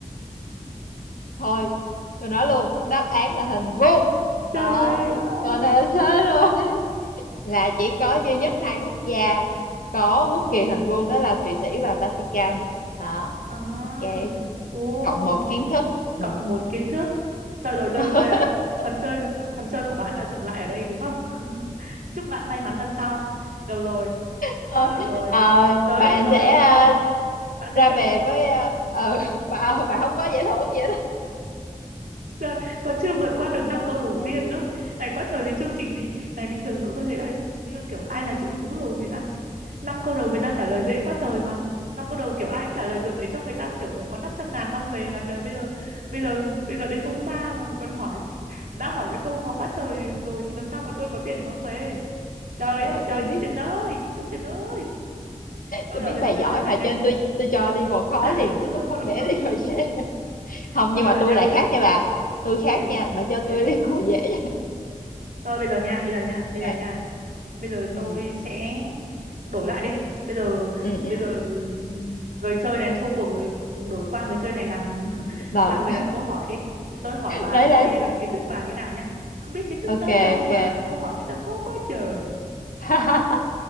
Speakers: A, on the left; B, on the right.
A: thôi tôi nói luôn đáp án là hình vuông
B: trời
A: rồi
B: ơi
A: còn nào thế rồi <laughs> là chỉ có duy nhất hai quốc gia có quốc kỳ hình vuông đó là Thụy Sĩ và Vatican đó
B: à
A: ok
B: ô
A: cộng một kiến thức ừ.
B: cộng một kiến thức thôi rồi tôi
A: <laughs>
B: đây là phần chơi phần chơi của bạn đã dừng lại ở đây đúng không chúc bạn may mắn lần sau được rồi
A: Ờ,
B: thôi được rồi
A: ờ,
B: tới
A: bạn
B: tới
A: sẽ à,
B: bạn
A: ra
B: sẽ nhận
A: về
B: được
A: với à, ờ, bà bà không có giải thưởng gì hết á.
B: Trời, còn chưa vượt qua được năm
A: <laughs>
B: câu đầu tiên nữa này có trời gì chương trình gì này bình thường cậu tôi thấy là như kiểu ai là triệu phú đồ người ta năm câu đầu người ta trả lời dễ quá trời mà năm câu đầu kiểu ai cũng trả lời được để cho người ta kiểu còn có năm trăm ngàn mang về mà trời bây giờ bây giờ bây giờ đến câu thứ ba mà còn hỏi đã hỏi cái câu khó quá trời rồi thì làm sao mà tôi có tiền để mang về trời
A: Trời
B: ơi
A: ơi,
B: trời
A: tôi biết
B: chương trình ơi chương trình ơi thôi
A: tôi
B: bây
A: biết
B: giờ bây
A: bà
B: giờ
A: giỏi
B: bây giờ như
A: mà
B: này này
A: cho nên tôi tôi cho level khó liền
B: <laughs>
A: chứ tôi không để level dễ không
B: thôi
A: nhưng
B: bây
A: mà
B: giờ
A: tôi
B: nha
A: lại khác nha bà tôi khác
B: Gì?
A: nha bà cho
B: Gì?
A: tôi <laughs> level dễ
B: thôi bây giờ nha bây giờ nha bây
A: nha
B: giờ nha
A: Ok.
B: bây giờ
A: ừ
B: tôi sẽ đổi lại đi bây giờ
A: ừ
B: bây
A: ừ
B: giờ người chơi này thua cuộc rồi đổi qua người chơi này làm <laughs>
A: rồi
B: làm người đặt câu hỏi đi để tôi hỏi bà
A: đấy
B: coi
A: đấy
B: là kiến thức của bà như nào nhá không biết kiến thức
A: ok
B: tới đâu
A: ok
B: mà đặt câu hỏi người ta khó quá trời
A: <laughs>